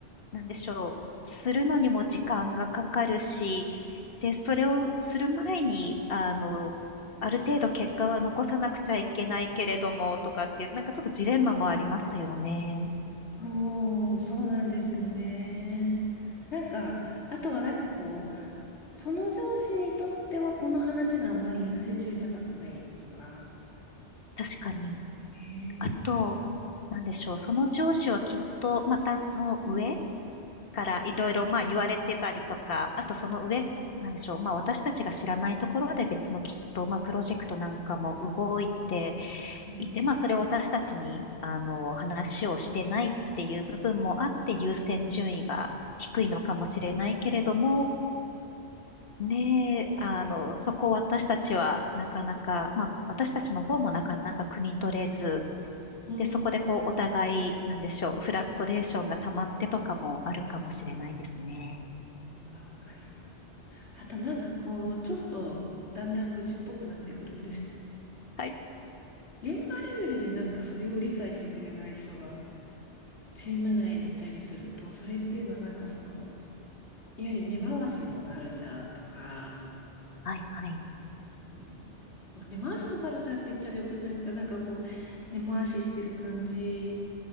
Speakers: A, on the left; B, on the left.
A: なんでしょう、するのにも時間がかかるし、で、それをする前に、あの、ある程度結果は残さなくちゃいけないけれども、とかっていう、なんかちょっとジレンマもありますよね。
B: そう、そうなんですよね。なんか、あとはなんかこう、その上司にとってはこの話があんまり優先順位高くないとか、
A: 確かに。
B: えー、
A: あと、なんでしょう、その上司はきっと、またその上からいろいろ、まあ言われてたりとか、あとその上、なんでしょう、まあ私たちが知らないところで別のきっと、まあプロジェクトなんかも動いて、
B: うん、
A: いて、まあ、それを私たちに、あの、話をしてないっていう部分もあって、優先順位が低いのかもしれないけれども、ねえ、あの、そこを私たちはなかなか、まあ、私たちの方もなかなか汲み取れず、
B: うん
A: で、そこでこう、お互い、なんでしょう、フラストレーションが溜まってとかもあるかもしれないですね。
B: わかります。あとなんかこう、ちょっとだんだん愚痴っぽくなってくるんですけど、
A: はい。
B: 現場レベルでなんかそれを理解してくれない人がチーム内にいたりすると、それっていうのはなんかその、いわゆる根回しのカルチャーとか、
A: はい、はい。
B: うんまあ、根回しの辛さって言ったらよくないのか、なんかこう、根回ししてる感じ